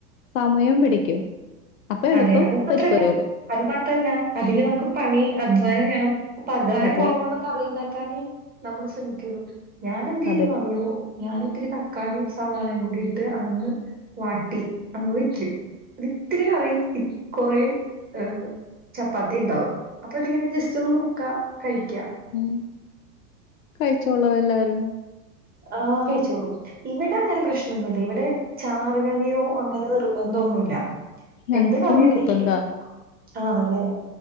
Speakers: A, on the left; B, on the right.
A: സമയം പിടിക്കൂ അപ്പൊ എളുപ്പം
B: അതെ അത് മാത്രല്ല
A: പരിപ്പറയക
B: അത് മാത്രല്ല അതില് നമുക്ക് പണി അധ്വാനം വേണം അപ്പൊ അധ്വാനം
A: അതെ
B: കുറവുള്ള കറിയുണ്ടാക്കാനേ നമ്മൾ ശ്രമിക്കുള്ളൂ ഞാൻ എന്ത ചെയിലും
A: അതെ
B: അറിയോ ഞാൻ ഇത്തിരി തക്കാളിയും സവാളയും കൂടിയിട്ട് അങ്ങ് വാട്ടി അങ്ങ് വെച് ഒരു ഇത്തിരി കറിയ കൊറേ ഏ ചപ്പാത്തി ഉണ്ടാവും അപ്പൊ അതിങ്ങനെ ജസ്റ്റ് ഒന്ന് മുക്ക കഴിക്ക
A: ഉം കഴിച്ചോള് എല്ലാരും
B: ആ കഴിച്ചോളൂ ഇവിടെ അങ്ങനെ പ്രശ്നൊന്നുമല്ല ഇവിടെ ചാർ കറിയോ അങ്ങനെ നിർ ന്തൊന്നുല്ല
A: ഞങ്ങക്ക്
B: എന്ത് കറിയുന്നെങ്കിലും
A: നിർബന്ധാ
B: ആണല്ലേ